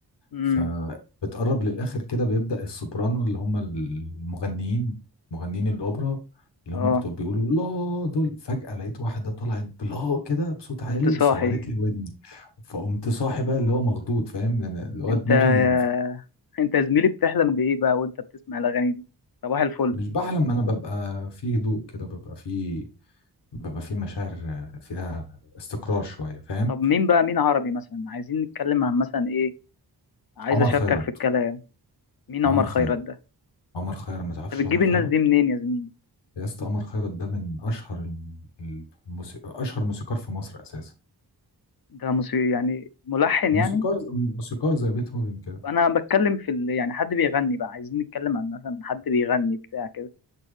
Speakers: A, on the left; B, on the left.
A: امم
B: فبتقرب للاخر كده بيبدا السوبرانو اللي هم المغنيين مغنيين الاوبرا اللي
A: اه
B: هم بتوع بيقولوا لا دول فجاه لقيت واحده طلعت بلا كده بصوت عالي
A: قمت صاحي
B: سورت لي ودني فقمت صاحي بقى اللي هو مخضوض فاهم يعني اللي هو
A: انت
B: دماغي
A: <laughs> انت يا زميلي بتحلم بايه بقى وانت بتسمع الاغاني دي صباح الفل
B: مش بحلم انا ببقى في هدوء كده ببقى في ببقى في مشاعر آه، فيها استقرار شويه فاهم
A: طب مين بقى مين عربي مثلا عايزين نتكلم عن مثلا ايه عايز
B: عمر
A: اشاركك
B: خيرت
A: في الكلام مين
B: عمر
A: عمر خيرت
B: خيرت
A: ده
B: عمر خيرت ما تعرفش
A: انت بتجيب
B: عمر
A: الناس
B: خيرت
A: دي منين يا زميلي
B: يا اسطى عمر خيرت ده من اشهر الموسيقى اشهر موسيقار في مصر اساسا
A: ده موسيقى يعني ملحن
B: موسيقار
A: يعني
B: موسيقار زي بيتهوفن كده
A: انا بتكلم في ال... يعني حد بيغني بقى عايزين نتكلم عن مثلا حد بيغني بتاع كده